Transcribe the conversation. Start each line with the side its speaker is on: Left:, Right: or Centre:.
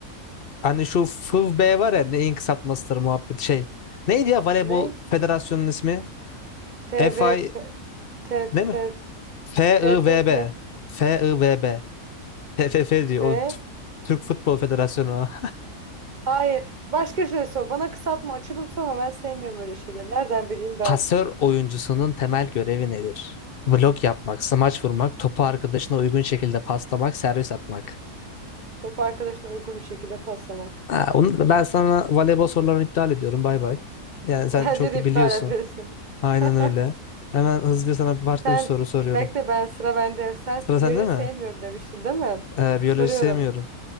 Left: Hani şu FIVB var ya neyin kısaltmasıdır muhabbet şey. Neydi ya voleybol
Right: Ne?
Left: federasyonunun ismi?
Right: T
Left: FI
Right: V F TFF
Left: değil mi?
Right: F.
Left: FIVB.
Right: T F F
Left: FIVB. TFF diyor.
Right: F
Left: O T- Türk Futbol Federasyonu.
Right: Hayır. Başka şey sor. Bana kısaltma, açılım sorma. Ben sevmiyorum öyle şeyleri. Nereden
Left: <laughs>
Right: bileyim ben?
Left: Pasör oyuncusunun temel görevi nedir? Blok yapmak, smaç vurmak, topu arkadaşına uygun şekilde paslamak, servis atmak.
Right: Topu arkadaşına uygun bir şekilde paslamak.
Left: Ha, onu ben sana voleybol sorularını iptal ediyorum. Bay bay. Yani
Right: <laughs> Bence
Left: sen çok
Right: de
Left: iyi biliyorsun.
Right: iptal etmelisin.
Left: Aynen
Right: <laughs>
Left: öyle. Hemen hızlıca sana bir başka
Right: Sen
Left: bir soru soruyorum.
Right: bekle ben sıra bende. Sen
Left: Sıra
Right: biyoloji
Left: sende mi?
Right: sevmiyorum demiştin değil mi?
Left: Ee, biyoloji
Right: Soruyorum.
Left: sevmiyorum.